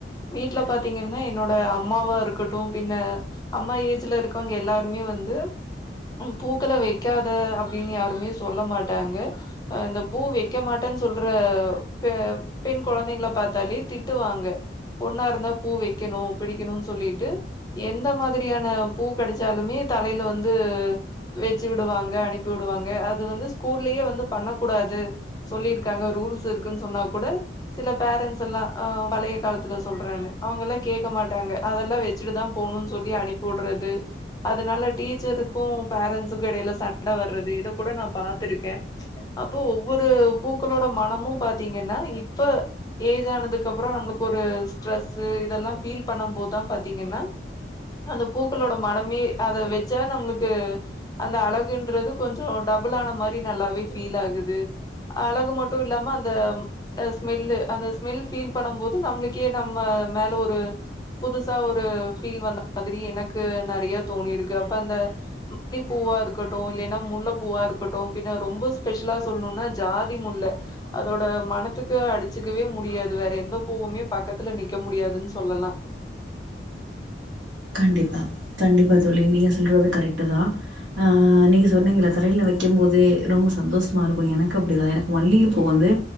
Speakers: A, on the left; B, on the right.
A: வீட்ல பாத்திங்கன்னா என்னோட அம்மாவா இருக்கட்டு பின்ன அம்மா ஏஜ்ல இருக்கவங்க எல்லாருமே வந்து ம் பூக்கள வெக்காத அப்டின்னு யாருமே சொல்ல மாட்டாங்க அ இந்த பூ வெக்க மாட்டன் சொல்ற பெ பெண் கொழந்தைங்கள பாத்தாலே திட்டுவாங்க பொண்ணா இருந்தா பூ வெக்கணு பிடிக்கணுன் சொல்லீட்டு எந்த மாதிரியான பூ கடச்சாலுமே தலையில வந்து வெச்சி விடுவாங்க அனுப்பி விடுவாங்க அது வந்து ஸ்கூல்லயே வந்து பண்ண கூடாது சொல்லியிருக்காங்க ரூல்ஸ் இருக்குன் சொன்னா கூட சில பேரண்ட்ஸ் எல்லா அ பழைய காலத்துல சொல்றாங்க அவங்கல்லா கேக்க மாட்டாங்க அதல்லா வெச்சிட்டு தா போணுன் சொல்லி அனுப்பி உடுறது அதனால டீச்சருக்கு பேரண்ட்ஸுக்கு எடையில சண்ட வர்றது இத கூட நா பாத்திருக்கே அப்போ ஒவ்வொரு பூக்களோட மனமு பாத்தீங்கன்னா இப்ப ஏஜ் ஆனதுக்கு அப்பறோ நம்மளுக்கு ஒரு ஸ்ட்ரெஸ்சு இதல்லா ஃபீல் பண்ணம் போதா பாத்திங்கன்னா அந்த பூக்களோட மணமே அத வெச்சா நம்மளுக்கு அந்த அழகுன்றது கொஞ்சோ டபுள் ஆன மாரி நல்லாவே ஃபீல் ஆகுது அழகு மட்டு இல்லாம அந்த ல ஸ்மெல்லு அந்த ஸ்மெல் ஃபீல் பண்ணம் போது நம்மளுக்கே நம்ம மேல ஒரு புதுசா ஒரு ஃபீல் வ <inaudible> மாதிரி எனக்கு நறைய தோணிருக்கு அப்ப அந்த ம <inaudible> பூவா இருக்கட்டு இல்லைன்னா முல்ல பூவா இருக்கட்டு பின்ன ரொம்ப ஸ்பெஷலா சொல்ணுன்னா ஜாதி முல்ல அதோட மனத்துக்கு அடிச்சுக்கவே முடியாது வேற எந்த பூவுமே பக்கத்துல நிக்க முடியாதுன்னு சொல்லலா
B: கண்டிப்பா கண்டிப்பா தோழி நீங்க சொல்றது கரக்ட்டு தா ஆ நீங்க சொன்னிங்கல்ல தலைல வக்கும்போதே ரொம்ப சந்தோஷமா இருக்கும் எனக்கு அப்டிதான் எனக்கு மல்லிக பூ வந்து